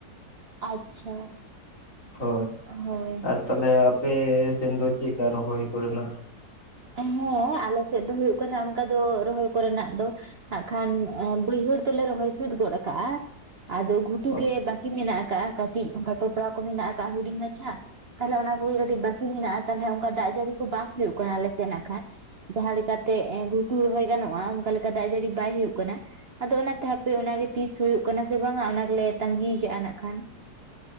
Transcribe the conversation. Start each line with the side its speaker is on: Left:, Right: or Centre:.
Right: ᱟᱪᱪᱷᱟ
Left: ᱦᱳᱭ
Right: ᱦᱳᱭ
Left: ᱟᱨ
Right: ᱾
Left: ᱛᱟᱦᱚᱞᱮ ᱟᱯᱮ ᱥᱮᱱ ᱫᱚ ᱪᱮᱫᱠᱟ ᱨᱚᱦᱚᱭ ᱠᱚᱨᱮᱱᱟᱜ?
Right: ᱦᱮᱸ ᱟᱞᱮ ᱥᱮᱫ ᱫᱚ ᱦᱳᱭᱳᱜ ᱠᱟᱱᱟ ᱚᱱᱠᱟ ᱫᱚ ᱨᱚᱦᱚᱭ ᱠᱚᱨᱮᱱᱟᱜ ᱫᱚ ᱦᱟᱸᱜ ᱠᱷᱟᱱ ᱵᱟᱹᱭᱦᱟᱹᱲ ᱫᱚᱞᱮ ᱨᱚᱦᱚᱭ ᱥᱟᱹᱛ ᱜᱚᱫ ᱠᱟᱜᱼᱟ, ᱟᱫᱚ ᱜᱷᱩ ᱴᱩ
Left: ᱦᱳᱭ
Right: ᱜᱮ ᱵᱟᱠᱤ ᱢᱮᱱᱟᱜ ᱟᱠᱟᱜᱼᱟ ᱠᱟᱹᱴᱤᱡ ᱚᱱᱠᱟ ᱴᱚᱯᱲᱟ ᱠᱚ ᱢᱮᱱᱟᱜ ᱟᱠᱟᱜᱼᱟ ᱦᱩᱰᱤᱧ ᱢᱟᱪᱷᱟ ᱛᱟᱦᱚᱞᱮ ᱚᱱᱟ ᱠᱚᱜᱮ ᱠᱟᱹᱴᱤᱡ ᱵᱟᱠᱤ ᱢᱮᱱᱟᱜᱼᱟ ᱛᱟᱦᱚᱞᱮ ᱚᱱᱠᱟ ᱫᱟᱜ ᱡᱟᱹᱲᱤ ᱠᱚ ᱵᱟᱝ ᱦᱩᱭᱩᱜ ᱠᱟᱱᱟ ᱟᱞᱮ ᱥᱮᱫᱱᱟᱜ ᱠᱷᱟᱡ ᱡᱟᱦᱟᱸ ᱞᱮᱠᱟᱛᱮ ᱜᱷᱩ ᱴᱩ ᱨᱚᱦᱚᱭ ᱜᱟᱱᱚᱜᱼᱟ ᱚᱱᱠᱟ ᱞᱮᱠᱟ ᱫᱟᱜ ᱡᱟᱹᱲᱤ ᱵᱟᱭ ᱦᱩᱭᱩᱜ ᱠᱟᱱᱟ᱾ ᱟᱫᱚ ᱚᱱᱟᱛᱮ ᱦᱟᱯᱮ ᱚᱱᱟᱜᱮ ᱛᱤᱥ ᱦᱩᱭᱩᱜ ᱠᱟᱱᱟ ᱥᱮ ᱵᱟᱝ ᱚᱱᱟ ᱜᱮᱞᱮ ᱛᱟᱸᱜᱤ ᱠᱟᱜᱼᱟ ᱱᱟᱜ ᱠᱷᱟᱱ᱾